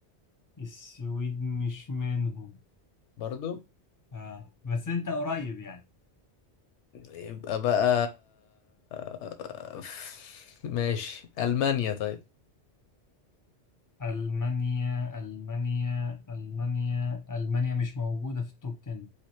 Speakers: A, on the left; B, on the left.
A: السويد مش منهم
B: برضو
A: آه. بس انت قريب يعني
B: يبقى بقى <laughs> ماشي ألمانيا طيب
A: ألمانيا ألمانيا ألمانيا ألمانيا مش موجودة في التوب 10